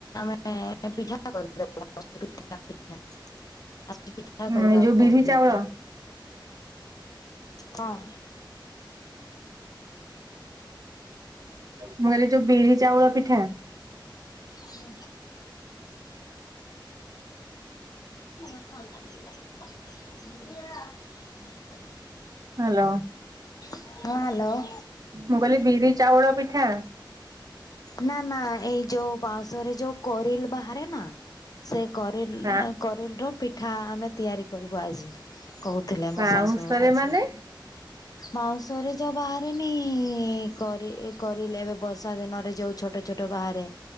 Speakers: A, on the left; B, on the right.
A: ମାନେ ପିଠା ବା କରି ଦବ ପିଠା ପିଠା। ଆଜି ପିଠା କରିବାକୁ
B: ଏଇ ଯୋଉ ବିରି
A: କହୁଥିଲେ।
B: ଚାଉଳ
A: ହଁ ହଁ
B: ମୁଁ କହିଲି ଯୋଉ ବିରି ଚାଉଳ ପିଠା
A: ହୁଁ କ ଖା କି ଭ
B: ହା ଲୋ।
A: ହ୍ୟାଲୋ।
B: ମୁଁ କହିଲି ବିରି ଚାଉଳ ପିଠା।
A: ନା ନା ଏଇ ଯୋଉ ବାଉଁଶରେ ଯୋଉ କରିଲ ବାହାରେ ନା ସେ। କରିଲ
B: ବା
A: କରିଲବର ପିଠା ଆମେ ତିଆରି କରିବୁ ଆଜି। କହୁଥିଲେ ମୋ
B: ବାଉଁଶରେ
A: ଶାଶୁ ଆଜି
B: ମାନେ
A: ବାଉଁସ ରେ ଯୋଉ ବାହାରେ। ନି କରି କରିଲେ ଏବେ ବର୍ଷା ଦିନରେ ଯୋଉ ଛୋଟ ଛୋଟ ବାହାରେ।